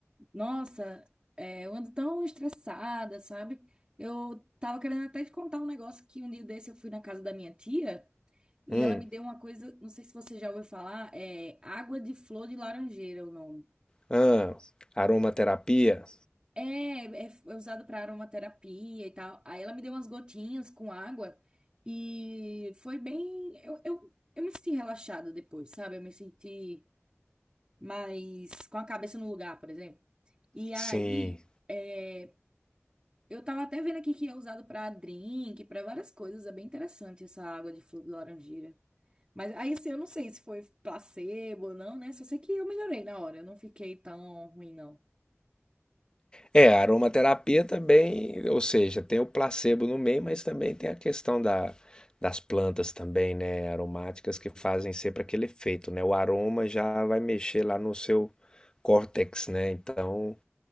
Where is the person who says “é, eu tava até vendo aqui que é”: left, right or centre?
Right